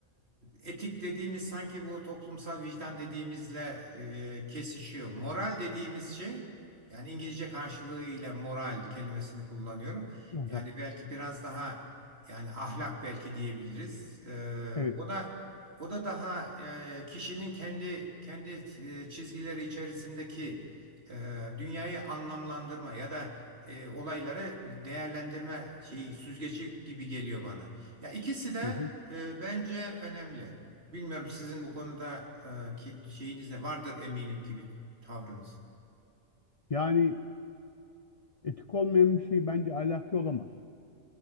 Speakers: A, on the right; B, on the left.
A: etik dediğimiz sanki bu toplumsal vicdan dediğimizle e, kesişiyor. Moral dediğimiz şey yani İngilizce karşılığıyla moral kelimesini kullanıyorum.
B: Ahlak.
A: Yani belki biraz daha yani ahlak belki diyebiliriz. E,
B: Evet.
A: o da o da daha e, kişinin kendi kendi e, çizgileri içerisindeki e, dünyayı anlamlandırma ya da e, olaylara değerlendirme şeyi süzgeci gibi geliyor bana. Ya ikisi de
B: Hı hı.
A: e, bence önemli. Bilmiyorum sizin bu konuda e, ki şeyiniz ne vardır eminim ki bir tavrınız.
B: Yani etik olmayan bir şey bence ahlaki olamaz.